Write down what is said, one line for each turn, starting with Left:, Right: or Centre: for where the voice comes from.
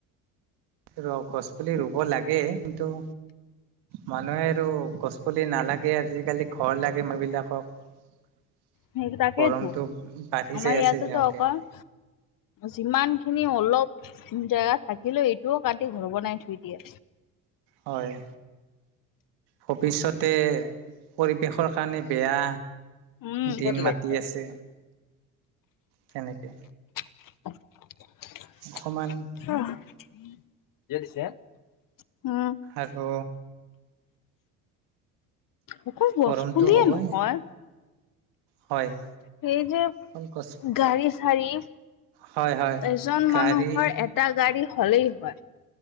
Right: ৰ গছ পুলি ৰুব লাগে কিন্তু মানুহে আৰু গছ পুলি নালাগে আজিকালি ঘৰ লাগে মানুহবিলাকক। <unintelligible>
Left: সেই তাকেইেতো,
Right: গৰমটো বাঢ়ি
Left: আমাৰ
Right: যাই
Left: ইয়াতো
Right: আছে দিনক
Left: <inaudible> অকল
Right: দিনে
Left: যিমান খিনি অলপ জেগা থাকিলেও এইটোও কাটি ঘৰ বনাই থৈ দিয়ে।
Right: হয়। ভৱিষ্যতে পৰিৱেশৰ কাৰণে বেয়া।
Left: উম,
Right: দিন মাতি আছে তেনেকে।
Left: <unintelligible>
Right: অকমান
Left: <inaudible> যে তেতিয়া, উম।
Right: আৰু
Left: অকল গছ
Right: গৰমটো
Left: পুলিয়ে
Right: হ'বই
Left: নহয়
Right: হয়
Left: সেই যে
Right: অকল গছ
Left: গাড়ী চাৰি
Right: হয় হয়
Left: এজন
Right: গাড়ী
Left: মানুহৰ এটা হলেই হয়।